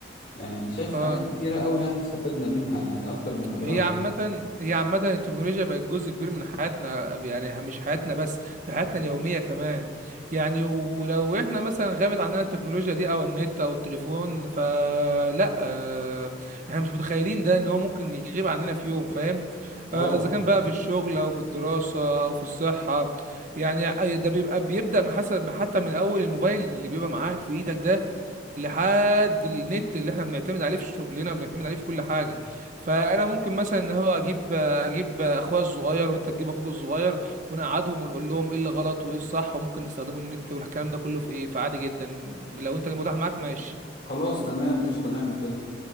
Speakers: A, on the left; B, on the right.
A: يعني انا شايف
B: اه
A: حاجات كتيرة قوي يعني استفدنا منها يعني اكتر من اضرارها
B: هي عامة هي عامة التكنولوجيا بقت جزء كبير من حياتنا يعني مش حياتنا بس ده حياتنا اليومية كمان يعني ولو احنا مثلا غابت عننا التكنولوجيا دي او النت او التليفون فلا آه، احنا مش متخيلين ده ان هو ممكن يغيب عننا في يوم فاهم
A: اه
B: آه، اذا كان بقى في الشغل او في الدراسة او في الصحة يعني آه، ده بيبقى بيبدأ من حسب حتى من اول الموبايل اللي بيبقى معاك في ايدك ده لحد النت اللي احنا بنعتمد عليه في شغلنا وبنعتمد عليه في كل حاجه فانا ممكن مثلا ان هو اجيب اجيب اخويا الصغير وانت تجيب اخوك الصغير ونقعدهم ونقول لهم ايه اللي غلط وايه الصح وممكن نستخدموا النت والكلام ده كله في ايه فعادي جدا لو انت متاح معاك ماشي
A: خلاص تمام قشطة نعمل كده